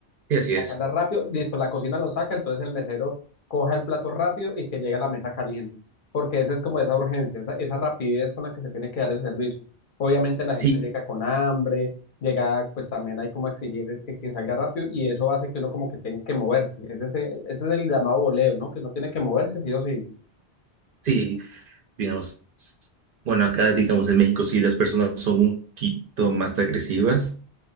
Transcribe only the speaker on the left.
sacarla
rápido, listo, la cocina lo saca, entonces el mesero coja el plato rápido y que llegue a la mesa caliente, porque esa es como esa urgencia, esa, esa rapidez con la que se tiene que dar el servicio. Obviamente la
gente llega con hambre, llega, pues también hay como exigir que, que salga rápido y eso hace que uno como que tenga que moverse. Ese es, el- ese es el llamado voleo, ¿no? Que no tiene que moverse sí o sí.